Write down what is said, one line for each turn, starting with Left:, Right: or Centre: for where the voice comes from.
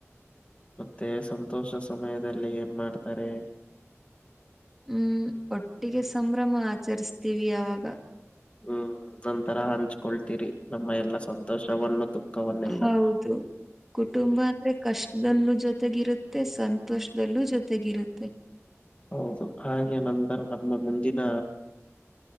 Left: ಮತ್ತೆ ಸಂತೋಷ ಸಮಯದಲ್ಲಿ ಏನ್ ಮಾಡ್ತಾರೆ.
Centre: ಹ್ಮ್ ಒಟ್ಟಿಗೆ ಸಂಭ್ರಮ ಆಚರಿಸ್ತೀವಿ ಅವಾಗ.
Left: ಹ್ಮ್ ನಂತರ ಹಂಚ್ಕೊಳ್ತೀರಿ ನಮ್ಮ ಎಲ್ಲಾ ಸಂತೋಷವವನ್ನು ದುಃಖವನ್ನೆಲ್ಲಾ.
Centre: ಹೌದು ಕುಟುಂಬ ಅಂದ್ರೆ ಕಷ್ಟದಲ್ಲೂ ಜೊತೆಗಿರುತ್ತೆ ಸಂತೋಷದಲ್ಲೂ ಜೊತೆಗಿರುತ್ತೆ.
Left: ಹೌದು ಹಾಗೆ ನಂತರ ನಮ್ಮ ಮುಂದಿನ